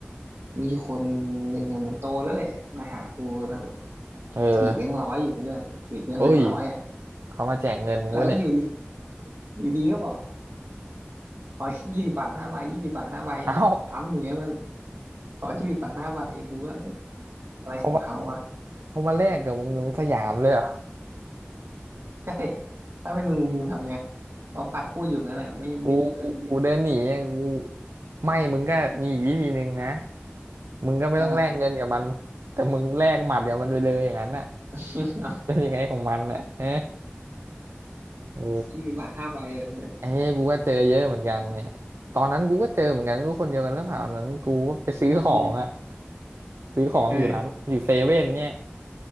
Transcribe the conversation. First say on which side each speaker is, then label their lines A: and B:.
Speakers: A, on the right; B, on the right.
A: มีคนหนึ่งอะเหมือนโตแล้วแหละมาหากูแล้ว
B: เออ
A: ถือแบงค์ร้อยอยู่เพื่อนถือเงินแบงค์ร้อยอ่ะ
B: เอ้ยเขามาแจกเงินมึงวะเนี่ย
A: แล้วก็อยู่ดีอยู่ดีก็บอกขอยี่สิบบาทห้าใบยี่สิบบาทห้าใบอย่างเงี้ยซ้ำอยู่เงี้ยมัน
B: เอ้า
A: ขอยี่สิบบาทห้าใบกูก็เอ้ยอะไรของเขาวะ
B: เขามาเขามาแลกกับมึงตรงสยามเลยเหรอ
A: ใช่ถ้าเป็นมึงมึงทำไงเขาปะพูดอยู่งั้นแหละไม่ไม่หยุดเลยทีดี
B: กูกูกูเดินหนีอะกูไม่มึงก็มีอีกวิธีหนึ่งนะมึงก็ไม่ต้องแลกเงินกับมันแต่มึงแลกหมัดกับมันไปเลยอย่างนั้นน่ะ
A: อ่า <laughs>
B: เป็นยังไงของมันน่ะฮะเออ
A: ยี่สิบบาทห้าใบอะเพื่อน
B: ไอ้นี่กูก็เจอเยอะเหมือนกันเนี่ยตอนนั้นกูก็เจอเหมือนกันไม่รู้คนเดียวกันหรือเปล่าตอนนั้นกูก็ไปซื้อของอะ
A: อืม
B: ซื้อของอยู่ร้านอยู่เซเว่นเนี่ย
A: เออ